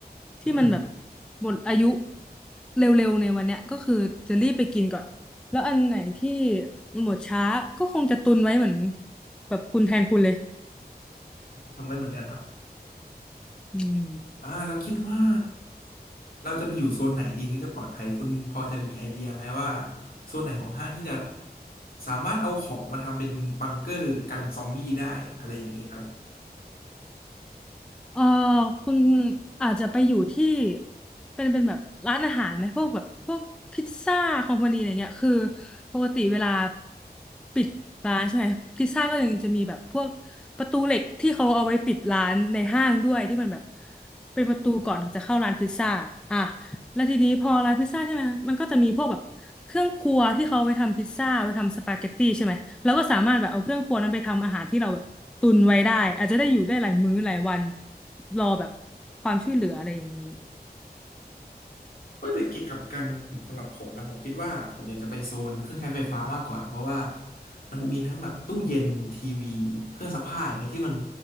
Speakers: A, in the centre; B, on the left.
A: ที่มันแบบ
B: อืม
A: หมดอายุเร็วๆในวันเนี้ยก็คือจะรีบไปกินก่อนแล้วอันไหนที่หมดช้าก็คงจะตุนไว้เหมือนแบบคุณแทนคุณเลย
B: ทำไว้เหมือนกันเนาะ
A: อืม
B: อ่าเราคิดว่าเราจะไปอยู่โซนไหนดีถึงจะปลอดภัยคุณพอจะมีไอเดียไหมว่าโซนไหนของห้างที่จะสามารถเอาของมาทำเป็นบังเกอร์กันซอมบี้ได้อะไรอย่างนี้ครับ
A: เออคุณอาจจะไปอยู่ที่เป็นเป็นแบบร้านอาหารไหมพวกแบบพวกพิซซ่าคอมพานีอะไรเงี้ยคือปกติเวลาปิดร้านใช่ไหมพิซซ่าก็ยังจะมีแบบพวกประตูเหล็กที่เขาเอาไว้ปิดร้านในห้างด้วยที่มันแบบเป็นประตูก่อนจะเข้าร้านพิซซ่าอ่ะแล้วทีนี้พอร้านพิซซ่าใช่ไหมคะมันก็จะมีพวกแบบเครื่องครัวที่เขาเอาไปทำพิซซ่าไปทำสปาเกตตี้ใช่ไหมแล้วก็สามารถแบบเอาเครื่องครัวนั้นไปทำอาหารที่เราแบบตุนไว้ได้อาจจะได้อยู่ได้หลายมื้อหลายวัน รอแบบความช่วยเหลืออะไรอย่างนี้
B: เอยแต่เกี่ยวกับกันสำหรับผมนะผมคิดว่าผมอยากจะไปโซนเครื่องใช้ไฟฟ้ามากกว่าเพราะว่ามันมีทั้งแบบตู้เย็นทีวีเครื่องซักผ้าอย่างเงี้ยที่มัน